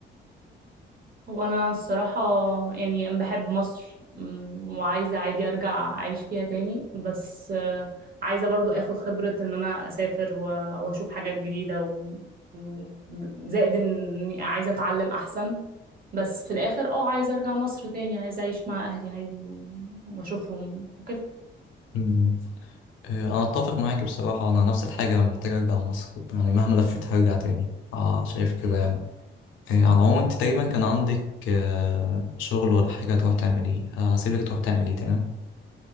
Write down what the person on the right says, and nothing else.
هو انا الصراحه يعني أنا بحب مصر أمم، وعايزه عادي ارجع اعيش فيها تاني بس آه، عايزه برضو اخد خبره ان انا اسافر و- واشوف حاجات جديده و... و- زائد اني عايزه اتعلم احسن بس في الاخر اه عايزه ارجع مصر تاني عايزه اعيش مع اهلي عادي و... واشوفهم وكده